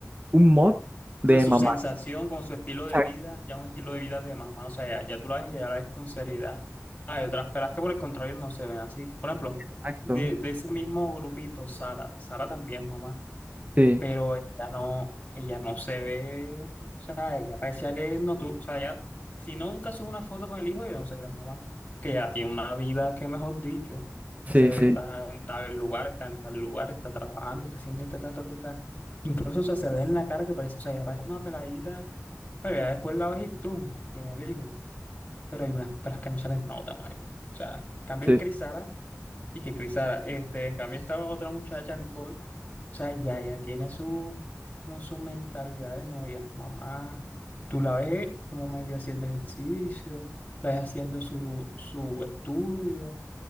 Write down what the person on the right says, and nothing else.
un mod de
mamá.
Exacto,
exacto.
Sí,
sí,
sí.
Sí,